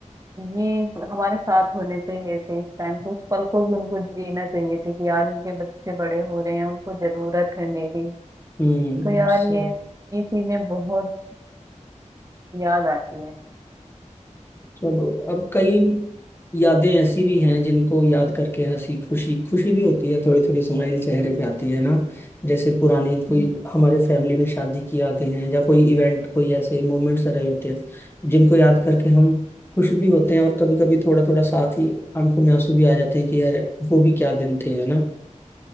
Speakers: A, on the right; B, on the left.
A: ये हमारे साथ होने चाहिए थे इस टाइम कुछ पल को भी उनको जीना चाहिए थे कि आज उनके बच्चे बड़े हो रहे हैं उनको जरूरत है मेरी
B: हम्म
A: तो यार
B: सो-
A: ये ये चीजें बहुत याद आती हैं
B: चलो अब कई यादें ऐसी भी हैं जिनको याद करके हंसी खुशी खुशी भी होती है थोड़ी थोड़ी स्माइल चेहरे पे आती है ना जैसे पुरानी कोई
A: हम्म।
B: हमारे फैमिली में शादी की यादें हैं या कोई इवेंट कोई ऐसे मोमेंट्स रहे होते हैं जिनको याद करके हम खुश भी होते हैं और कभी कभी थोड़ा थोड़ा साथ ही आंखों में आंसू भी आ जाते हैं कि यार वो भी क्या दिन थे है ना